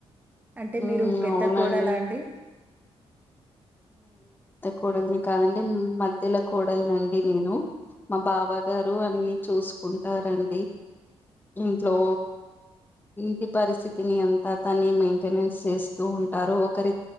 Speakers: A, on the right; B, on the left.
A: అంటే
B: ఉమ్
A: మీరు పెద్ద
B: అవునండి
A: కోడలా అండి
B: కోడలిని కాదండి మధ్యలో కోడలినిండి నేను మా బావా గారు అన్ని చూసుకుంటారండి ఇంట్లో ఇంటి పరిస్థితిని అంతా తనే మెయింటెనెన్స్ చేస్తూ ఉంటారు ఒకరి